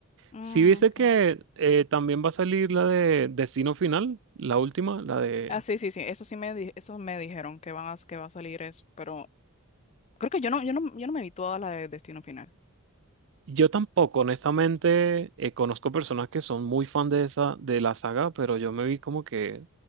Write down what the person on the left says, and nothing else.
mm,
ok.
Ah, sí, sí, sí. Eso sí me di- eso me dijeron que van a, que va a salir eso, pero creo que yo no, yo no, yo no me vi toda la de Destino Final.